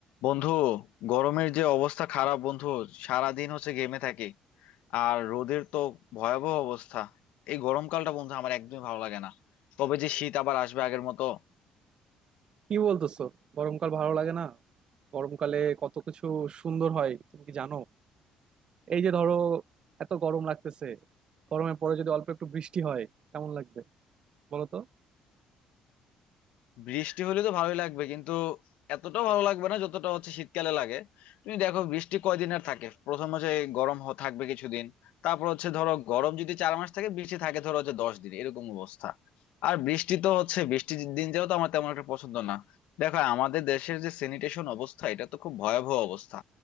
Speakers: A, on the left (about 80°); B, on the right (about 45°).
A: বন্ধু গরমের যে অবস্থা খারাপ বন্ধু সারাদিন হচ্ছে গেমে থাকি আর রোদের তো ভয়াবহ অবস্থা এই গরমকালটা বন্ধু আমার একদমই ভালো লাগে না তবে যে শীত আবার আসবে আগের মতো
B: কি বলতেছো গরমকাল ভালো লাগে না গরমকালে কত কিছু সুন্দর হয় তুমি কি জানো এই যে ধরো এত গরম লাগতেছে গরমের পরে যদি অল্প একটু বৃষ্টি হয় কেমন লাগবে বলো তো
A: বৃষ্টি হলে তো ভালোই লাগবে কিন্তু এতটাও ভালো লাগবে না যতটা হচ্ছে শীতকালে লাগে তুমি দেখো বৃষ্টি কয়দিন আর থাকে প্রথম হচ্ছে এই গরম হ- থাকবে কিছুদিন তারপর হচ্ছে ধরো গরম যদি চার মাস থাকে বৃষ্টি থাকে ধরো হচ্ছে দশ দিন এরকম অবস্থা আর বৃষ্টি তো হচ্ছে বৃষ্টির দিন যাও তো আমার তেমন একটা পছন্দ না দেখো আমাদের দেশের যে স্যানিটেশন অবস্থা এটা তো খুব ভয়াবহ অবস্থা